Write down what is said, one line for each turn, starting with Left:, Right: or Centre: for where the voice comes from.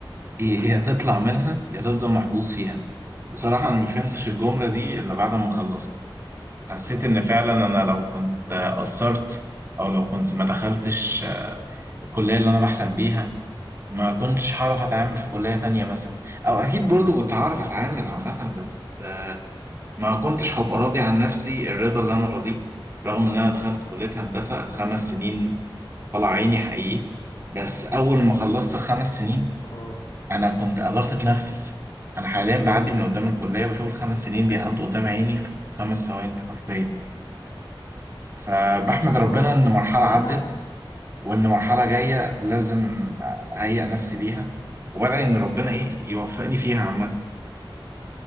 Right: ايه هي هتطلع منها يا تفضل محبوس فيها بصراحة انا ما فهمتش الجملة دي الا بعد ما خلصت حسيت ان فعلا انا لو كنت
Left: اه
Right: قصرت او لو كنت ما دخلتش الكلية اللي انا بحلم بيها ما كنتش هعرف اتعامل في كلية تانية مثلا او اكيد برضو كنت هعرف اتعامل عامة بس ما كنتش هبقى راضي عن نفسي الرضا اللي انا رضيه رغم ان انا دخلت كلية هندسة خمس سنين طلع عيني حقيقي بس اول ما خلصت الخمس سنين
Left: اه
Right: انا كنت قدرت اتنفس انا حاليا بعدي من قدام الكليه بشوف الخمس سنين بيعدوا قدام عيني في خمس ثواني حرفيا فبحمد ربنا
Left: اه
Right: ان
Left: اه
Right: مرحله
Left: انا
Right: عدت
Left: فاهمك
Right: وان مرحله جايه لازم اهيئ نفسي ليها وادعي ان ربنا ايه يوفقني فيها عامه